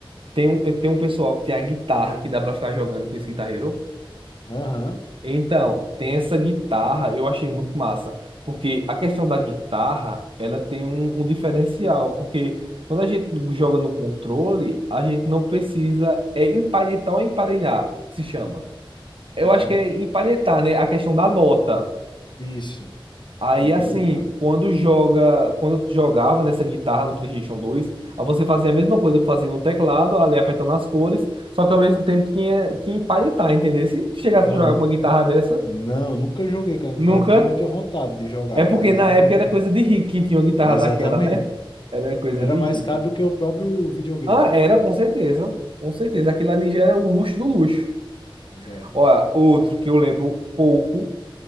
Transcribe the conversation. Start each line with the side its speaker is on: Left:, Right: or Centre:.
Right: Tem um, tem um pessoal que tem a guitarra que dá pra ficar jogando com esse guitarreiro.
Left: Aham,
Right: Então, tem essa guitarra, eu achei muito massa, porque a questão da guitarra, ela tem um, um diferencial, porque quando a gente joga no controle, a gente não precisa, é empalhetar ou emparelhar, que se chama. Eu
Left: aham.
Right: acho que é empalhetar, né? A questão da nota.
Left: Isso.
Right: Aí
Left: Aí pra
Right: assim,
Left: deitar.
Right: quando joga, quando tu jogava nessa guitarra no PlayStation dois, aí você fazia a mesma coisa que fazia no teclado, ali apertando as cores, só que ao mesmo tempo tinha que empalhetar, entendeu? Se tu chegasse
Left: Aham.
Right: a jogar com uma guitarra dessa,
Left: Não, nunca joguei com a
Right: nunca.
Left: guitarra. Tinha muita vontade de jogar,
Right: É porque
Left: mas
Right: na
Left: nunca
Right: época
Left: joguei.
Right: era coisa de rico quem tinha uma guitarra
Left: Exatamente.
Right: daquela, né? Era coisa
Left: Era
Right: de
Left: mais
Right: rico.
Left: caro do que o próprio videogame.
Right: Ah, era com certeza, com certeza. Aquilo ali já era o luxo do luxo.
Left: Exato.
Right: Olha, outro que eu lembro pouco,